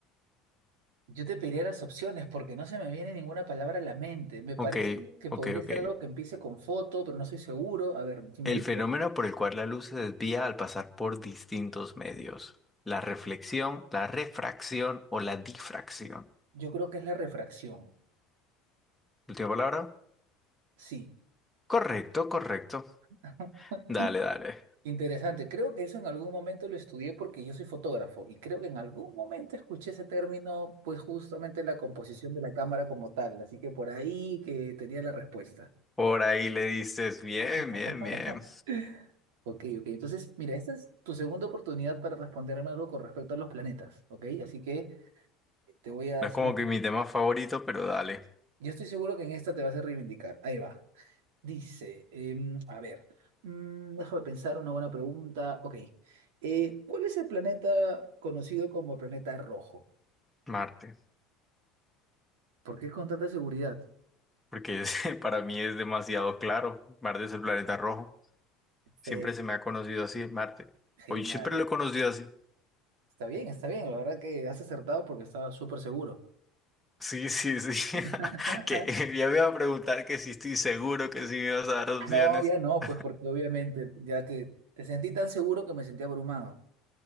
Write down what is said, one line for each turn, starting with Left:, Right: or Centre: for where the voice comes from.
Right: Yo te pediría las opciones porque no se me viene ninguna palabra a la mente. Me parece
Centre: Ok,
Right: que podría
Centre: ok, ok.
Right: ser algo que empiece con foto, pero no soy seguro. A ver, si me
Centre: El
Right: dices,
Centre: fenómeno por el cual la luz se desvía al pasar por distintos medios. La reflexión, la refracción o la difracción.
Right: yo creo que es la refracción.
Centre: Última palabra.
Right: Sí,
Centre: Correcto, correcto.
Right: <laughs>
Centre: Dale, dale.
Right: interesante. Creo que eso en algún momento lo estudié porque yo soy fotógrafo y creo que en algún momento escuché ese término, pues justamente en la composición de la cámara como tal. Así que por ahí que tenía la respuesta.
Centre: Por ahí le dices, bien,
Right: <laughs>
Centre: bien, bien.
Right: Ok, ok. Entonces, mira, esta es tu segunda oportunidad para responderme algo con respecto a los planetas, ¿ok? Así que te voy a
Centre: No
Right: hacer...
Centre: es como que mi tema favorito, pero dale,
Right: Yo estoy seguro que en esta te vas a reivindicar. Ahí va. Dice, em, a ver, mm, déjame pensar una buena pregunta. Ok, eh, ¿cuál es el planeta conocido como planeta rojo?
Centre: Marte.
Right: ¿Por qué con tanta seguridad?
Centre: Porque es- <laughs> para mí es demasiado claro. Marte es el planeta rojo. Siempre
Right: Fe,
Centre: se me ha conocido así, Marte.
Right: genial.
Centre: Hoy siempre lo he conocido así.
Right: Está bien, está bien. La verdad que has acertado porque estaba súper seguro.
Centre: Sí, sí, sí. <laughs>
Right: <laughs>
Centre: Que <laughs> ya me iba a preguntar que si estoy seguro que si me ibas a dar opciones.
Right: No, ya no,
Centre: <laughs>
Right: pues porque obviamente ya te, te sentí tan seguro que me sentí abrumado.